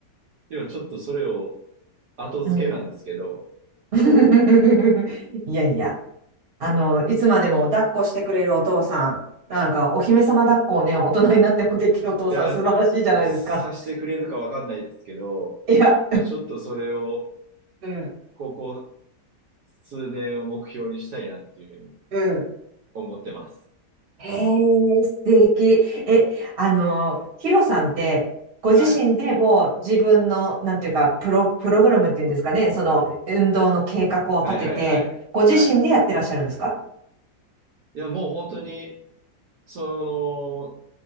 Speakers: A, on the right; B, on the right.
A: 今ちょっとそれを後付けなんですけど、
B: うん。<laughs> いやいや。あの、いつまでも抱っこしてくれるお父さん。なんか、お姫様抱っこをね、大人になってもできるお父さん、
A: いや、
B: 素晴らしいじゃないですか。
A: さしてくれるかわかんないですけど、
B: いや、
A: まあ、ちょっとそれを、
B: うん。
A: ここ数年を目標にしたいなっていうふうに
B: うん。
A: 思ってます。
B: えー、素敵。え、あの、ヒロさんって、ご自身でもう自分の、
A: はい。
B: なんていうか、プロ、プログラムっていうんですかね、その運動の計画を立てて、
A: はいはいはい。
B: ご自身でやってらっしゃるんですか
A: はい。いや、もう本当に、その、